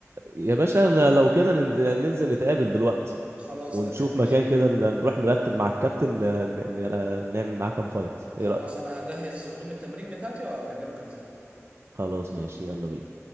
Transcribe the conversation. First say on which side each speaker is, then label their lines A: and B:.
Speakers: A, on the right; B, on the right.
A: يا باشا ل- لو كده ننز- ننزل نتقابل دلوقتي
B: خلاص
A: ونشوف
B: تمام ماشي
A: مكان كده ن- نروح نرتب مع الكابتن ن- ن- نعمل معاه كام فايت
B: خلاص
A: ايه رأيك
B: انا هجهز هدوم التمرين بتاعتي واكلمك انزل
A: خلاص ماشي يلا بينا